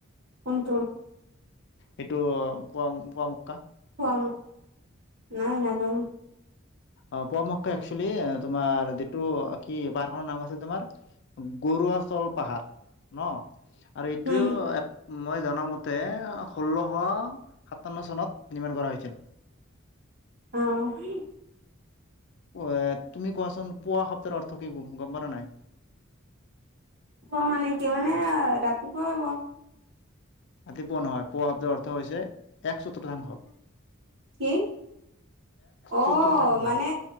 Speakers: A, on the right; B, on the left.
A: কোনটো
B: এইটো পুৱ পুৱামক্কা?
A: খোৱা নাই নাজানো।
B: অঁ পোৱামক্কা তোমাৰ যিটো কি পাহাৰখনৰ নাম আছে তোমাৰ? গৰুৱাচল পাহাৰ ন? আৰু এইটোও
A: উম,
B: এক মই জনামতে ষোল্লশ সাতন্ন চনত নিৰ্মাণ কৰা হৈছিল।
A: আহঁ।
B: আঁহ তুমি কোৱাচোন পোৱা সপ্তাহৰ অৰ্থ কি গম পোৱা নে নাই?
A: পোৱা মানে কি মানে ৰাতিপুৱাই হ'ব।
B: ৰাতি পুৱা নহয় পোৱা শব্দৰ অৰ্থ হৈছে একচতৰ্তাংশ।
A: কি? অঁ
B: চতুৰ্থাংশ
A: মানে,